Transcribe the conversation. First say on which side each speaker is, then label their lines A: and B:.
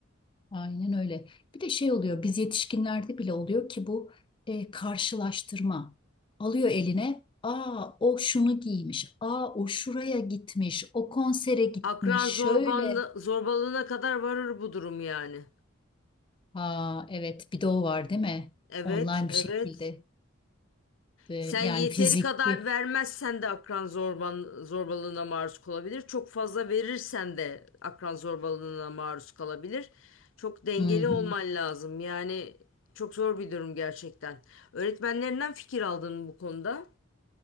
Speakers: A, on the left (about 25°); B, on the left (about 70°).
A: Aynen öyle. Bir de şey oluyor, biz yetişkinlerde bile oluyor ki bu e, karşılaştırma. Alıyor eline, aa o şunu giymiş, aa o şuraya gitmiş, o konsere gitmiş,
B: Akran zorbanlı,
A: şöyle.
B: zorbalığına kadar varır bu durum yani.
A: Aa evet bir de o var değil mi?
B: Evet,
A: Online
B: evet.
A: bir şekilde. E,
B: Sen
A: yani
B: yeteri
A: fiziki.
B: kadar vermezsen de akran zorban, zorbalığına maruz kalabilir. Çok fazla verirsen de akran zorbalığına maruz kalabilir. Çok dengeli
A: Hı hı.
B: olman lazım. Yani çok zor bir durum gerçekten. Öğretmenlerinden fikir aldın mı bu konuda?